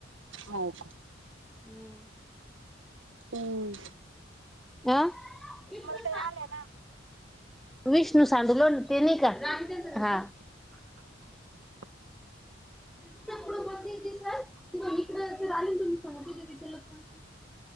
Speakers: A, on the right (about 75°); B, in the centre.
A: हो का?
B: ह.
A: हम.
B: अं <inaudible>
A: ताई आल्या ना
B: विष्णू <unintelligible> ते नाही का?
A: <inaudible>
B: <inaudible> <unintelligible>